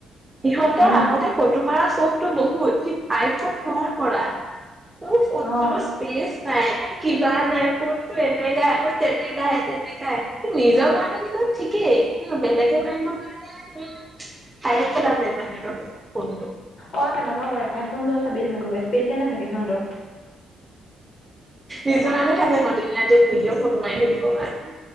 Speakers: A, on the right (about 15°); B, on the left (about 60°).
A: সিহঁতৰ
B: উম
A: আগতে ফটো মাৰা চখটো বহু উঠিত আইফোন পোৱাৰ পৰা মোৰ ফটো
B: অ
A: স্পেচ নাই কিবা নাই টাইপ ফোনটো এনেকা অ তেনেকা এনেকাহে তেনেকাহে কিন্তু নিজৰ কাৰণে ঠিকেই কিন্তু বেলেগে মাৰিবৰ কাৰণে চাই থাকিব লাগে বাহিৰৰ ফোন <unintelligible>
B: অ তেনেকুৱা কৰে আইফোন লৈ চবেই তেনেকুৱা কৰে স্পেচে নাথাকে সিহঁতৰ
A: নিজৰে কাৰণে থাকে দিনে ৰতিয়ে ভিডিঅ ফটো মাৰি থাকিবৰ কাৰণে